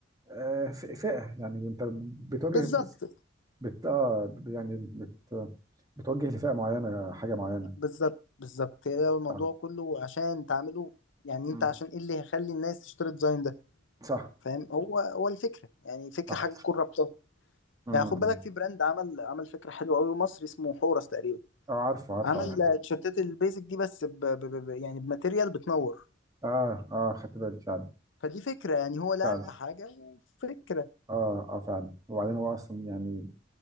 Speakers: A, on the right; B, on the left.
A: آه، ف- فئه يعني انت بتواجه
B: بالظبط
A: بت آه، يعني بت بتوجه لفئة معينة حاجة معينة
B: بالظبط بالظبط هي الموضوع
A: آه.
B: كله عشان تعمله يعني
A: مم.
B: انت عشان ايه اللي هيخلي الناس تشتري الديزاين ده
A: صح
B: فاهم هو هو الفكره يعني فكره
A: صح
B: حاجه تكون رابطه
A: امم
B: يعني خد بالك في براند عمل عمل فكره حلوه قوي مصري اسمه حورس تقريبا
A: اه عارفه عارفه
B: عمل
A: عارف؟
B: تيشيرتات البيزك دي بس ب ب ب ب- يعني بماتيريال بتنور
A: اه اه خدت بالي فعلا
B: فدي فكره يعني هو لعب
A: فعلا
B: في حاجه وفكره
A: اه اه فعلا وبعدين هو اصلا يعني